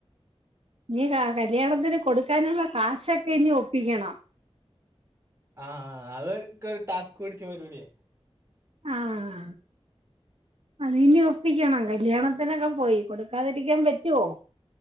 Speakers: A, on the right (about 65°); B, on the right (about 25°).
A: ഇനി കാ കല്യാണത്തിന് കൊടുക്കാനുള്ള കാശൊക്കെ ഇനി ഒപ്പിക്കണം
B: ആഹ് അതൊക്കേ ടാസ്ക് പിടിച്ച പരിപടിയ
A: ആ അത് ഇനി ഒപ്പിക്കണം കല്യാണത്തിനൊക്കെ പോയി കൊടുക്കാതിരിക്കാൻ പറ്റുവോ?